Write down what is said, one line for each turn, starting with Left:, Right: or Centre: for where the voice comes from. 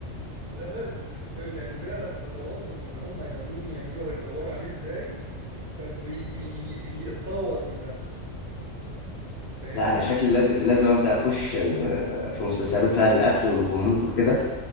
Right: <laughs> فاهم يعني بيعرف خطواتهم اللي هم ناويين يعملوها يدوروا عليه ازاي فبي بي بيتطور من نفسه فاهمني
Left: لا انا شكلي لازم لازم ابدا اخش ال- في مسلسلات
Right: في ال
Left: بقى القتل والغموض وكده